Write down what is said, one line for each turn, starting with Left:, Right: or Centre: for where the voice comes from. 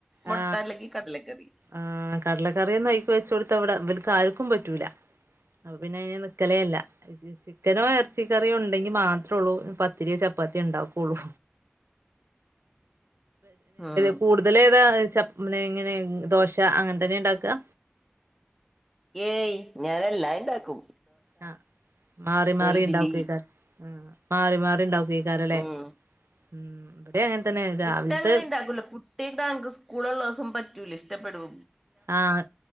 Centre: മുട്ട
Right: ആ
Centre: അല്ലെങ്കിൽ കടലക്കറി
Right: ആ കടലക്കറിയൊന്നും അഴക്കി വെച്ച കൊടുത്ത അവിടെ അവൽക്ക് ആർക്കും പറ്റൂല അപ്പ പിന്നെ അതിന് നിക്കല അല്ല ചിക്കനോ എറച്ചി കറിയോ ഉണ്ടെങ്കി മാത്രള്ളൂ പത്തിരിയോ ചപ്പാത്തിയോ ഉണ്ടാക്കുള്ളൂ.
Centre: ഉം
Right: കൂടുതല ഏതാ ച ഇങ്ങനെ ദോശ അങ്ങനെന്നെ ഉണ്ടാക്കുക
Centre: ഏയ് ഞാനല്ലാ ഉണ്ടാക്കും
Right: ആഹ മാറി മാറി
Centre: ഇഡ്ലി
Right: ഉണ്ടാവക്കക്കാര് മാറി മാറി ഉണ്ടാവക്ക് ഈ കാരല്ലേ
Centre: ഉം
Right: ഉ ഇവിടെ അങ്ങനെ തന്നെ
Centre: പുട്ട
Right: രാവിലത്തെ
Centre: അങ്ങനെ ഉണ്ടാക്കൂല പു ട്ടേക്ക് തക്ക് സ്കൂളള്ള ദിവസം പറ്റൂല ഇഷ്ടപ്പെടുല
Right: ആഹ